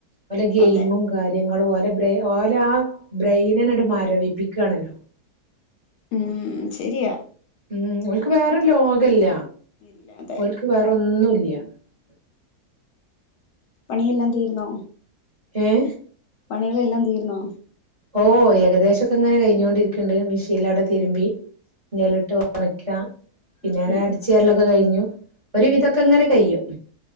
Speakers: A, on the right; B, on the left.
A: വല്ല ഗെയിമും
B: അതെ
A: കാര്യം ഇങ്ങട് ഓലെ ബ്രെയിൻ ഓലാ ബ്രയിനങ്ങട് മരവിപ്പിക്- കാണല്ലോ
B: മം ശരിയാ
A: മം ഓൾക്ക് വേറൊരു ലോകയില്ല
B: ഇല്ല അതെ
A: ഓൾക്ക് വേറൊന്നും ഇല്ല <unintelligible>
B: പണിയെല്ലാം തീർന്നോ
A: ങേ
B: പണികളെല്ലാം തീർന്നോ
A: ഓ ഏകദേശം ഒക്കെ ഇങ്ങനെ കഴിഞ്ഞോണ്ടിരിക്കണ്ട് മെഷീലാടെ തിരുമ്മി ഇനി അതിലിട്ട് ഒണക്ക പിന്നെ
B: ഉം
A: ആകെ
B: ഉം
A: അടിച്ചു
B: ഉം
A: വാരലൊക്കെ കഴിഞ്ഞു ഒരു വിതൊക്ക ഇങ്ങനെ കഴിയും